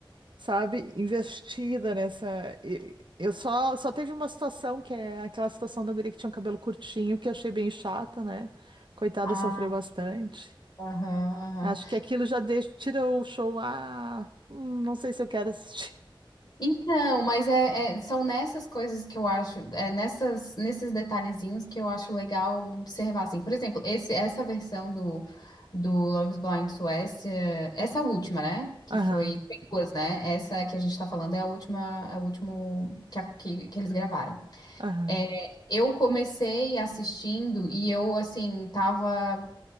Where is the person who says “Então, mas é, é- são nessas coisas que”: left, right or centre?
Left